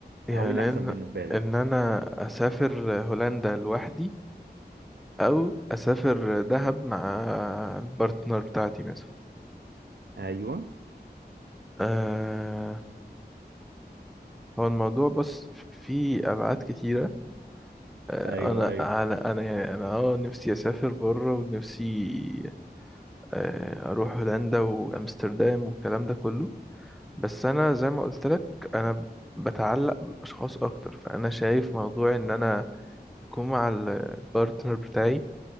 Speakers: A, in the centre; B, on the right (about 80°).
A: يعني
B: او ايه الاحسن
A: ان
B: بالنسبه لك؟
A: ان انا اسافر هولندا لوحدي او اسافر دهب مع البارتنر بتاعتي مثلا
B: ايوه
A: أه هو الموضوع بس في ابعاد كتيره أه
B: ايوه
A: انا
B: ايوه
A: على انا يعني انا اه نفسي اسافر بره ونفسي أه اروح هولندا وامستردام والكلام ده كله بس انا زي ما قلت لك انا بتعلق بالاشخاص اكتر فانا شايف موضوع ان انا اكون مع البارتنر بتاعي